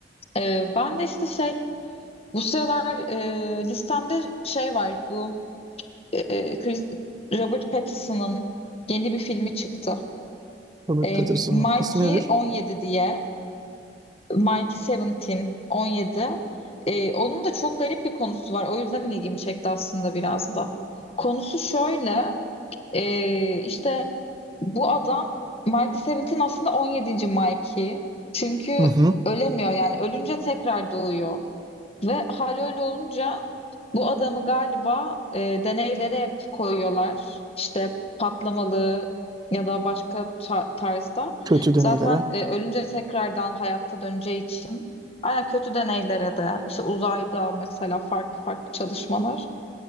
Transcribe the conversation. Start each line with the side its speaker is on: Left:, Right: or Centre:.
Left: Ee, ben de işte şey bu sıralar e, listemde şey var bu e, Chris- Robert Pattinson'ın yeni bir filmi çıktı.
Right: Robert
Left: Ee,
Right: Pattinson'un
Left: Mikey
Right: ismi nedir?
Left: 17 diye Mikey 17 17. Ee, onun da çok garip bir konusu var. O yüzden ilgimi çekti aslında biraz da. Konusu şöyle. Ee, işte bu adam Michael Seventeen aslında 17. Mikey. Çünkü
Right: Hı hı.
Left: ölemiyor yani ölünce tekrar doğuyor. Ve hal öyle olunca bu adamı galiba e, deneylere hep koyuyorlar. İşte patlamalı ya da başka ta- tarzda.
Right: Kötü deneylere.
Left: Zaten e, ölünce tekrardan hayata döneceği için aynen kötü deneylere de işte uzayda mesela farklı farklı çalışmalar.